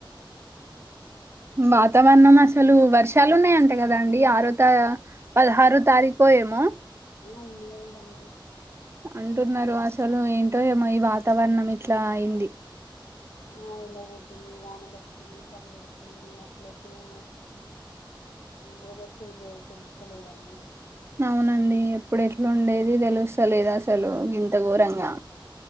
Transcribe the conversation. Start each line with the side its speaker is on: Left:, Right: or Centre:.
Right: వాతావరణం అసలు వర్షాలు ఉన్నాయంటే కదండి ఆరో పదహారో తారీకు ఏమో
Left: ఉంది అంటా అండి
Right: అంటున్నారు అసలు ఏంటో ఏమో ఈ వాతావరణం ఇట్లా అయింది
Left: ఆ ఎండగోడుతుంది వానబడుతుంది చలి పెడుతుంది అసలు ఎప్పుడూ వెదర్ చేంజ్ తెలుస్తలేదండీ
Right: అవునండి ఎప్పుడు ఎట్లా ఉండేది తెలుస్తలేదు అసలు ఇంత ఘోరంగా